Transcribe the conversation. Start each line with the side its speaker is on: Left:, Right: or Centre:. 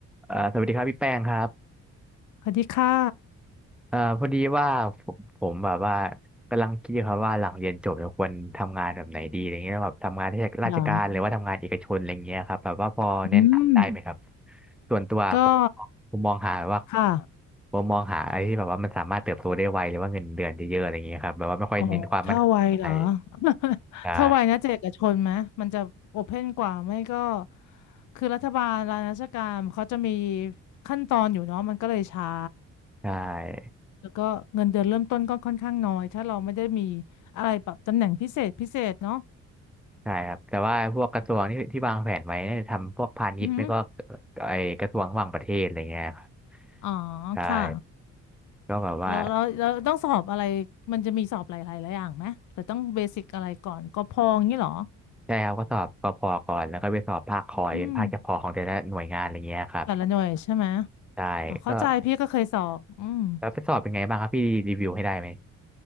Centre: เอ่อสวัสดีครับพี่แป้งครับ
Left: สวัสดีค่ะ
Centre: เอ่อพอดีว่าผมผมแบบว่ากำลังคิดอยู่ครับว่าหลังเรียนจบจะควรทำงานแบบไหนดีอะไรเงี้ยแบบทำงานราชการหรือว่าทำงานเอกชนอะไรเงี้ยครับแบบว่าพอแนะนำได้ไหมครับ
Left: เหรอ อืม
Centre: ส่วนตัวผม
Left: ก็
Centre: ผมมองหาว่า
Left: ค่ะ
Centre: ผมมองหาอะไรที่แบบว่ามันสามารถเติบโตได้ไวหรือว่าเงินเดือนเยอะๆอะไรเงี้ยครับแบบว่าไม่ค่อยเน้นความมั่นคงอะไร
Left: อ๋อ ถ้าไวเหรอ <laughs>
Centre: ใช่
Left: ถ้าไวนะจะเอกชนไหม มันจะโอเพ่นกว่าไม่ก็ คือรัฐบาลรัฐราชการเขาจะมีขั้นตอนอยู่เนาะมันก็เลยช้า
Centre: ใช่
Left: แล้วก็เงินเดือนเริ่มต้นก็ค่อนข้างน้อย ถ้าเราไม่ได้มีอะไรแบบตำแหน่งพิเศษพิเศษเนาะ
Centre: ใช่ครับแต่ว่าพวกกระทรวงที่ที่วางแผนไว้เนี่ยทำพวกพาณิชย์ไม่ก็
Left: อือหือ
Centre: ไอกระทรวงต่างประเทศอะไรเงี้ยครับ
Left: อ๋อ
Centre: ใช่
Left: ค่ะ
Centre: ก็แบบว่า
Left: เราเราเราต้องสอบอะไรมันจะมีสอบหลายๆหลายอย่างไหมหรือต้องเบสิกอะไรก่อนกพอย่างนี้เหรอ
Centre: ใช่ครับก็สอบกพก่อนแล้วก็ไปสอบภาคคอยเป็นภาคเฉพาะของแต่ละหน่วยงานอะไรเงี้ยครับ
Left: อืมแต่ละหน่วยใช่ไหม
Centre: ใช่ก็
Left: อ๋อเข้าใจพี่ก็เคยสอบอืม
Centre: แล้วไปสอบเป็นไงบ้างครับพี่รีวิวให้ได้ไหม